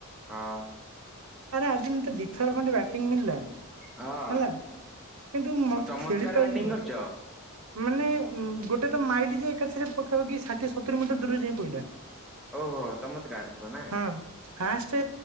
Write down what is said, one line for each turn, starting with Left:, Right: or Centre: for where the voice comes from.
Centre: ହଁ।
Right: ଆରେ ଆଜି ମୋତେ ଦିଥର ଖଣ୍ଡେ ବ୍ୟାଟିଂ ମିଳିଲା।
Centre: ହଁ
Right: ହେଲା କିନ୍ତୁ ମତ୍
Centre: ଚମତ୍କାର
Right: ଖେଳି ପାଇଲିିନି।
Centre: ବ୍ୟାଟିଂ କରିଛ
Right: ମାନେ ଉଁ, ଗୋଟେ ତ ମାଇଲି ଯେ ଏକାଥରେ ପାଖାପାଖି ଷାଠିଏ ସତୁରି ମିଟର୍ ଦୂରରେ ଯାଇ ପଇଲା।
Centre: ଓହୋ ଚମତ୍କାର ପୁରା ନା।
Right: ହଁ। ଫାଷ୍ଟ